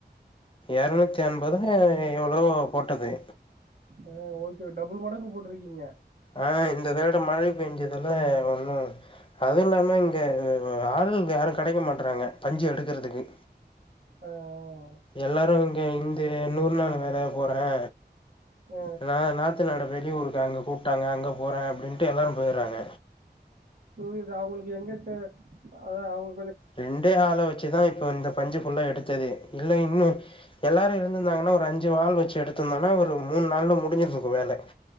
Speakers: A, on the left; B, on the right.
A: எரனுத்தி என்பதோ எவ்ளோ போட்டது
B: அ ஓகே டபுள் மடக்கு போட்டிருக்கீங்க
A: அ இந்த தட மழை பெஞ்சதுல ஒண்ணு அதுவு இல்லாம இங்க ஆள் யாரு கெடைக்க மாட்றாங்க பஞ்சு எடுக்குறதுக்கு
B: அ
A: எல்லாரு இங்க இந்த நூறு நாள் வேல போறே
B: ஆ,
A: இல்லனா நாத்து நாட வெளியூருக்கு அங்க கூப்ட்டாங்க அங்க போற அப்டின்ட்டு எல்லாரு போயிறாங்க
B: புரியுது அவுங்களுக்கு எங்கத அவங்க
A: ரெண்டே ஆள வெச்சுதா இப்போ இந்த பஞ்சு புல்லா எடுத் தது இல்ல இன்னு எல்லாரு இருந்திருந்தாங்கன்னா ஒரு அஞ்சு ஆள் வச்சு எடுத்திருந்தனா ஒரு மூணு நாள்ள முடிஞ்சு சுருக்கு வேல